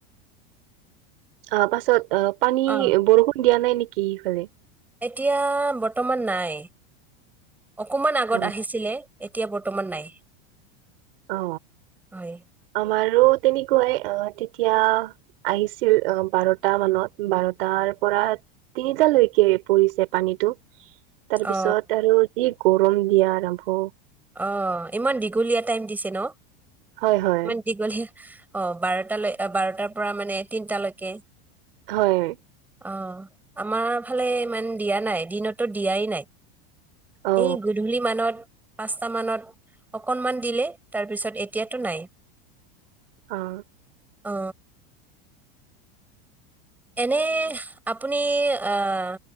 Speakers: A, on the right; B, in the centre.
A: অ পাছত অ পানী
B: অ
A: বৰষুণ দিয়া নাই নেকি? সেইফালে
B: এতিয়া বৰ্তমান নাই অকমান আগত
A: অ
B: আহিছিলে। এতিয়া বৰ্তমান নাই।
A: অ
B: হয়
A: আমাৰো। তেনেকুৱাই অ তেতিয়া আহিছিল অ বাৰটা মানত বাৰটাৰ পৰা তিনিটালৈকে পৰিছে পানীতটো। তাৰপিছত
B: অ
A: আৰু যি গৰম দিয়া আৰম্ভ
B: অ ইমান দীঘলীয়া টাইম দিছে ন
A: হয় হয়
B: ইমান দীঘলীয়া অ বাৰটালৈ বাৰট
A: হয়
B: অ আমাৰ ফালে ইমান দিয়া নাই দিনতো দিয়াই নাই।
A: অ
B: এই গধূলি মানত পাঁচটা মানত অকনমান দিলে তাৰপিছত এতিয়াতো নাই।
A: অহ
B: অ এনে আপুনি আহ